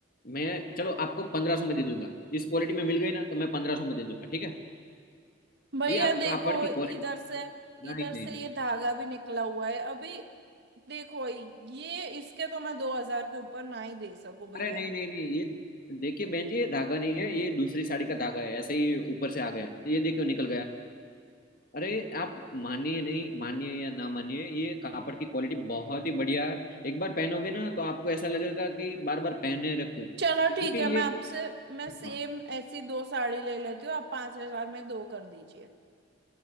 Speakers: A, on the left; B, on the right.
A: मैं चलो आपको पंद्रह सौ में दे दूंगा इस क्वालिटी में मिल गई ना तो मैं पंद्रह सौ में दे दूंगा ठीक है
B: भैया
A: ये आप
B: देखो
A: कापड़ की
B: इधर
A: क्वालिटी
B: से इधर
A: नहीं
B: से
A: नहीं
B: ये धागा भी निकला हुआ है अभी देखो ये इसके तो मैं दो हजार के ऊपर ना ही दे सकूं भैया
A: अरे नहीं नहीं नहीं ये देखिए बहन जी ये धागा नहीं है ये दूसरी साड़ी का धागा है ऐसे ही ऊपर से आ गया ये देखियो निकल गया अरे आप मानिए नहीं मानिए या ना मानिए ये कापड़ की क्वालिटी बहुत ही बढ़िया है एक बार पहनोगे ना तो आपको ऐसा लगेगा कि बार बार पहने रखो क्योंकि
B: चलो ठीक है
A: ये
B: मैं आपसे मैं
A: हाँ
B: सेम ऐसी दो साड़ी ले लेती हूँ आप पांच हजार में दो कर दीजिए